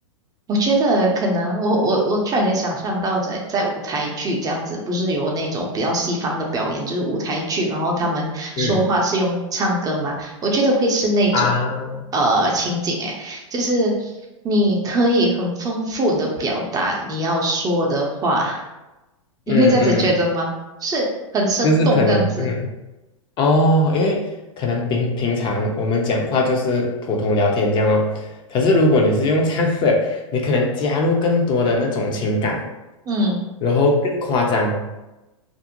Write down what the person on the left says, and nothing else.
嗯
啊，
嗯嗯，
就是可能，嗯哦，因为可能平平常我们讲话就是普通聊天这样哦，可是如果你是用唱的，你可能加入更多的那种情感，
然后更夸张